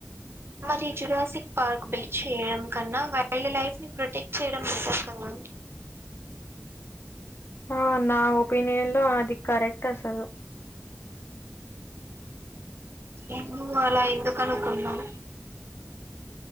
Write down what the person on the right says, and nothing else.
మరి జులాసిక్ పార్క్ బీచ్ ఏమ్కన్నా వైల్డ్ లైఫ్ ని ప్రొటెక్ట్ చేయడం బెటర్ కదా
ఊమ్ అలా ఎందుకు అనుకున్నావు